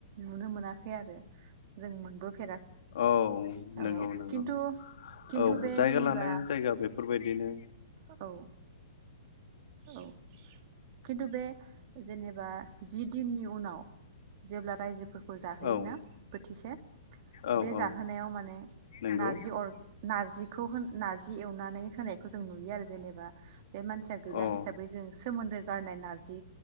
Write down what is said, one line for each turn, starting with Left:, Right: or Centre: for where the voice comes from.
Right: नुनो मोनाखै आरो। जों <unintelligible> खै
Left: औ
Right: औ
Left: नंगौ नंगौ
Right: खिन्थु -खिन्थु
Left: औ
Right: बे
Left: जायगा
Right: जेनेबा
Left: लानाय जायगा बेफोरबायदिनो
Right: औ औ खिन्थु बे जेनेबा जि दिननि उनाव जेब्ला रायजोफोर <unintelligible> जाहोयोना
Left: औ
Right: बोथिसे बे
Left: औ
Right: जाहोनायाव
Left: औ
Right: माने
Left: नंगौ
Right: नारजि अर नारजिखौ होन नार्जि एवनानै होनायखौ जों नुयो आरो जेनेबा बे मानसिया गैला
Left: अ
Right: हिसाबै जों सोमोन्दो गारनाय नारजि